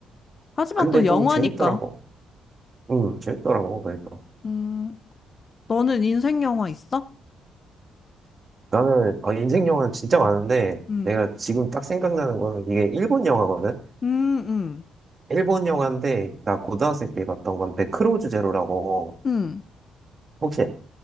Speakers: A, on the left (about 40°); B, on the right (about 35°).
A: 하지만
B: 근데
A: 또
B: 또
A: 영화니까.
B: 재밌더라고. 응, 재밌더라고, 그러니까.
A: 음, 너는 인생 영화 있어?
B: 나는, 아, 인생 영화는 진짜 많은데,
A: 음,
B: 내가 지금 딱 생각나는 거는 이게 일본 영화거든?
A: 음, 음,
B: 일본 영화인데, 나 고등학생 때 봤던 건데, 크로우즈 제로라고,
A: 음.
B: 혹시,